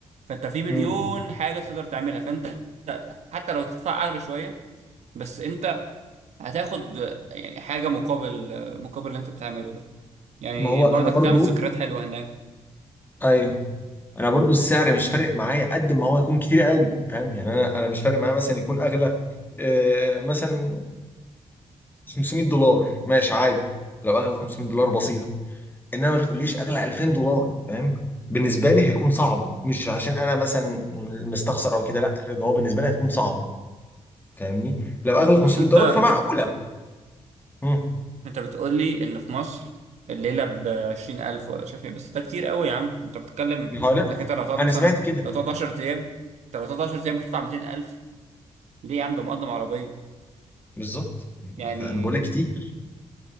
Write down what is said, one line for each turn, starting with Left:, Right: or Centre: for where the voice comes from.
Right: فانت في مليون
Left: مم.
Right: حاجه تقدر تعملها فانت حتى لو تدفع اغلى شويه بس انت هتاخد يعني حاجة مقابل مقابل اللي انت بتعمله ده يعني
Left: ما هو
Right: برضك
Left: انا برضو
Right: هتعمل ذكريات حلوة هناك
Left: ايوه انا برضو السعر مش فارق معايا قد ما هو يكون كتير قوي فاهم يعني انا انا مش فارق معايا مثلا يكون اغلى آه مثلا 500 دولار ماشي عادي لو اغلى 500 دولار بسيط انما ما تقوليش اغلى 2000 دولار فاهم بالنسبه لي هيكون صعبه مش عشان انا مثلا مستخسر او كده لا لأن هو بالنسبه لي هتكون صعبه فاهمني لو اغلى
Right: بس
Left: 500
Right: انت
Left: دولار
Right: انت
Left: فمعقوله
Right: بت...
Left: امم
Right: انت بتقول لي ان في مصر الليلة بعشرين ألف ولا شايف ايه بس ده كتير قوي يا عم انت بتتكلم
Left: هقول لك،
Right: انك انت لو هتقعد
Left: انا
Right: مثلا
Left: سمعت كده
Right: لو هتقعد 10 ايام انت لو هتقعد 10 ايام بتدفع 200 ألف ليه يا عم ده مقدم عربية
Left: بالظبط يعني
Right: يعني
Left: انا ف- بقول لك كتير